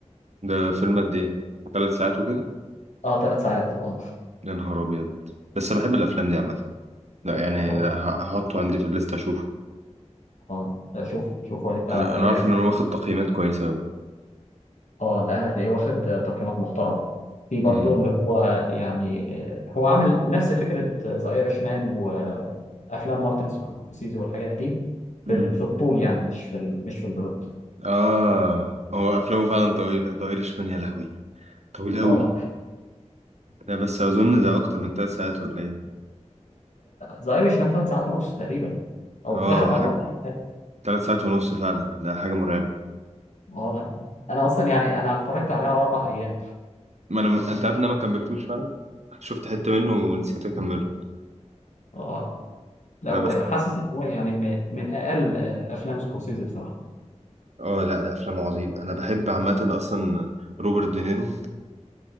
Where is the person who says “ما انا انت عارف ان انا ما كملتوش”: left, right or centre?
Right